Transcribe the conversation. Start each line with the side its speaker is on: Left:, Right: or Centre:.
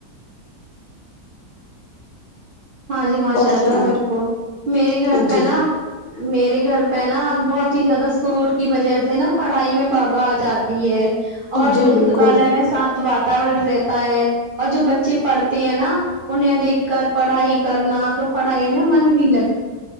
Right: ہاں جی ماشاء
Left: اور
Right: اللہ
Left: سنا
Right: بالکل میرے
Left: ہے
Right: گھر پہنا
Left: جی
Right: میرے گھر پہ نا بہت ہی زیادہ شور کی وجہ سے نا پڑھائی میں بھا آ جاتی ہے اور
Left: جی
Right: پستکالے
Left: بالکل
Right: میں شانت واتاورن رہ ہے اور جو بچے پڑھتے ہیں نا انہیں دیکھ کر پڑھائی کرنا تو پڑھائی میں من بھی لگا